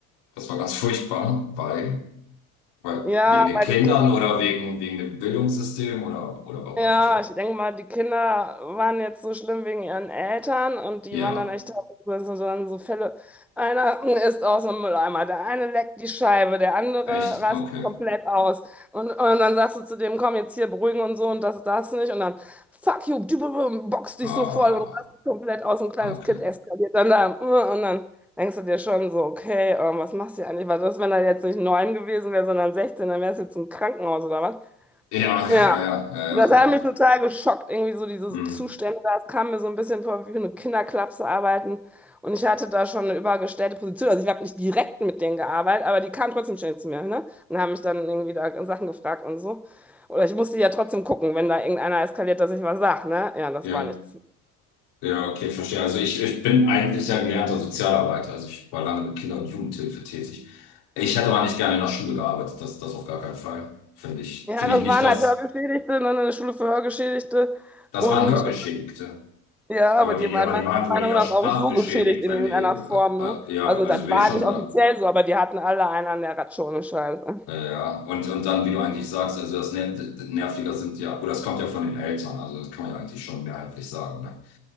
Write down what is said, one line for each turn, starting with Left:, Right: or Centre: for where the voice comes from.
Left: Das war ganz furchtbar, weil, weil
Centre: Ja,
Left: wegen den
Centre: weil
Left: Kindern
Centre: die
Left: oder wegen, wegen dem Bildungssystem oder, oder warum
Centre: Ja,
Left: furchtbar?
Centre: ich denke mal, die Kinder waren jetzt so schlimm wegen ihren Eltern und die
Left: Ja,
Centre: waren dann echt teilweise so, dann so Fälle. Einer ist aus dem Mülleimer, der eine leckt die Scheibe, der andere
Left: echt?
Centre: rastet
Left: Okay.
Centre: komplett aus. Und, und dann sagst du zu dem, komm jetzt hier beruhigen und so und das, das nicht. Und dann, fuck you, du- du- du, boxt dich
Left: Ah,
Centre: so voll und rastet komplett aus. Ein kleines
Left: okay.
Centre: Kind eskaliert dann da. Und dann denkst du dir schon so, okay, ähm, was machst du hier eigentlich? Was ist, wenn er jetzt nicht neun gewesen wäre, sondern 16, dann wärst du jetzt im Krankenhaus oder was?
Left: Ja,
Centre: Ja.
Left: ja, ja, ja,
Centre: Das hat
Left: ja. Ja,
Centre: mich total geschockt, irgendwie so diese
Left: mhm.
Centre: Zustände. Das kam mir so ein bisschen vor, wie für eine Kinderklapse arbeiten. Und ich hatte da schon eine übergestellte Position. Also ich habe nicht direkt mit denen gearbeitet, aber die kamen trotzdem ständig zu mir, ne? Und haben mich dann irgendwie da Sachen gefragt und so. Oder ich musste ja trotzdem gucken, wenn da irgendeiner eskaliert, dass ich was sage, ne? Ja, das
Left: ja,
Centre: war nichts.
Left: ja, okay, verstehe. Also ich, ich bin eigentlich ja gelernter Sozialarbeiter. Also ich war lange mit Kinder- und Jugendhilfe tätig. Ich hätte aber nicht gerne in der Schule gearbeitet, das, das auf gar keinen Fall. Finde ich,
Centre: Ja,
Left: finde
Centre: das
Left: ich nicht,
Centre: waren
Left: dass
Centre: halt Hörgeschädigte, ne? Eine Schule für Hörgeschädigte.
Left: das
Centre: Und
Left: waren Hörgeschädigte.
Centre: Ja,
Left: Aber
Centre: aber
Left: die,
Centre: die
Left: ja,
Centre: waren
Left: aber
Centre: meiner
Left: die waren wohl
Centre: Meinung
Left: eher
Centre: nach
Left: sprachgeschädigt,
Centre: auch so geschädigt in
Left: wenn
Centre: irgendeiner
Left: die, äh,
Centre: Form,
Left: äh,
Centre: ne?
Left: ja,
Centre: Also
Left: also
Centre: das
Left: will
Centre: war
Left: ich schon
Centre: nicht
Left: sagen.
Centre: offiziell so, aber die hatten alle einen an der Ratschone, Scheiße.
Left: Äh, ja, und, und dann, wie du eigentlich sagst, also das Ner d- Nerviger sind ja, oder das kommt ja von den Eltern, also das kann man ja eigentlich schon mehrheitlich sagen. Ne?